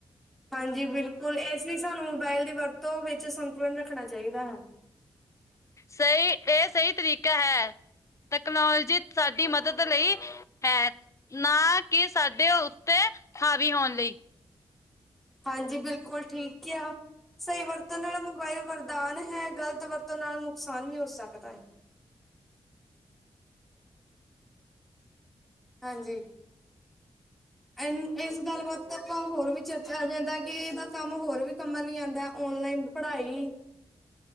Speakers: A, in the centre; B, on the left.
A: ਹਾਂਜੀ ਬਿਲਕੁਲ ਇਸ ਲਈ ਸਾਨੂੰ ਮੋਬਾਇਲ ਦੀ ਵਰਤੋਂ ਵਿੱਚ ਸੰਤੁਲਨ ਰੱਖਣਾ ਚਾਹੀਦਾ ਹੈ
B: ਸਹੀ ਇਹ ਸਹੀ ਤਰੀਕਾ ਹੈ ਤਕਨਾਲੋਜੀ ਸਾਡੀ ਮਦਦ ਲਈ, ਹੈ ਨਾ ਕਿ ਸਾਡੇ ਓਤੇ, ਹਾਵੀ ਹੋਨ ਲਈ।
A: ਹਾਂਜੀ ਬਿਲਕੁਲ ਠੀਕ ਕੇਆ। ਸਈ ਵਰਤਨਾਲ ਮੋਬਾਇਲ ਵਰਦਾਨ ਹੈ। ਗਲਤ ਵਰਤਨਾਲ ਨੁਕਸਾਨ ਵੀ ਹੋ ਸਕਦਾ ਏ। ਹਾਂਜੀ। ਐਨ ਇਸ ਗੱਲ ਬਾਤ ਆਪਾਂ ਹੋਰ ਵੀ ਚਰਚਾ ਜਾਂਦਾ ਕਿ, ਏਦਾ ਕੰਮ ਹੋਰ ਵੀ ਕੰਮਾਂ ਲਈ ਆਂਦਾ ਓਨਲਾਈਨ ਪੜ੍ਹਾਈ